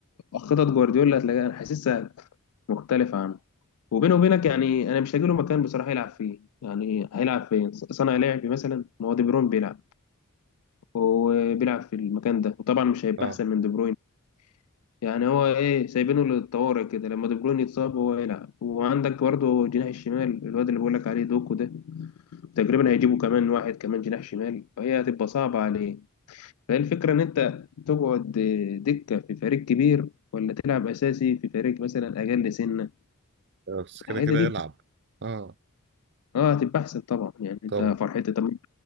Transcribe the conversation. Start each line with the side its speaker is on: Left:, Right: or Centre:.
Left: خطط جوارديولا هتلاقيها انا حاسسها مختلفة عنه وبينه وبينك يعني انا مش هجيله مكان بصراحة يلعب فيه يعني هيلعب فين صانع لعب مثلا ما هو دي بروين بيلعب وبيلعب في المكان ده وطبعا مش هيبقى
Right: اه
Left: احسن من دي بروين يعني هو ايه سايبينه للطوارئ كده لما دي بروين يتصاب هو يلعب وعندك برضه جناح الشمال الواد اللي بقول لك عليه دوكو ده تقريبا هيجيبوا كمان واحد كمان جناح شمال فهي هتبقى صعبة عليه فهي الفكرة إن أنت تقعد دكة في فريق كبير ولا تلعب أساسي في فريق مثلا أقل سنة
Right: بس كده
Left: الحقيقة
Right: كده
Left: دي
Right: يلعب اه
Left: أه هتبقى أحسن طبعا يعني أنت
Right: طبعا
Left: فرحتي طب ما أنت